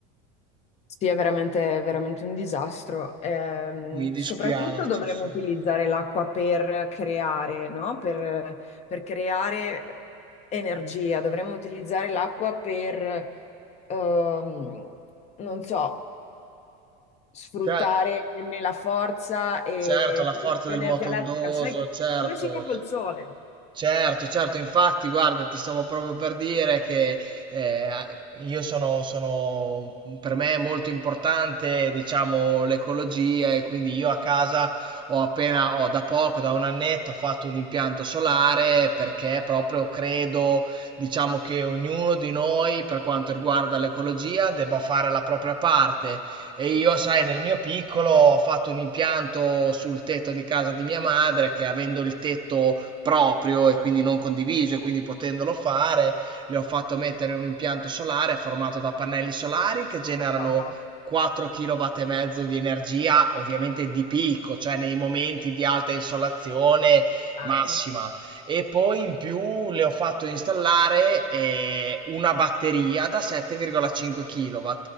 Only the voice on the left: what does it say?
Sì, è veramente, è veramente un disastro. Ehm,
soprattutto dovremmo
utilizzare l'acqua per creare, no? Per, per creare energia. Dovremmo utilizzare l'acqua per, ehm, non so, sfruttare
né la forza e
produrre
energia
elettrica.
Sai
come si fa col sole?
Wow,
cazzo.